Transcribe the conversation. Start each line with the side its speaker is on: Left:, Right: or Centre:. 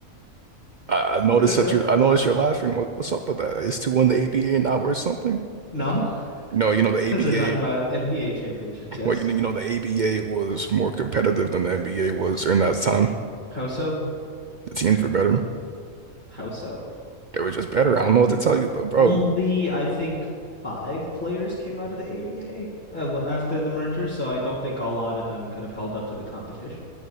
Right: I, I noticed
Left: <laughs>
Right: that you're, I noticed you're laughing. What, what's up with that? Is two in the ABA not worth something?
Left: no.
Right: You know, you know,
Left: Because
Right: the
Left: <laughs> we're talking
Right: ABA,
Left: about NBA championships, yes?
Right: what you know, you know, the ABA was more competitive than the NBA was during that time.
Left: How so?
Right: The teams were better.
Left: How so?
Right: They were just better. I don't know what to tell you, but bro,
Left: Only I think five players came out of the ABA uh, w- after the merger, so I don't think a lot of them could have held up to the competition.